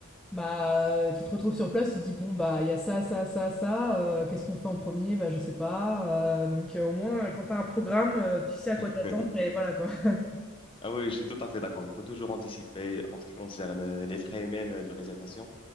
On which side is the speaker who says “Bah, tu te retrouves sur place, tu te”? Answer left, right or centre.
Centre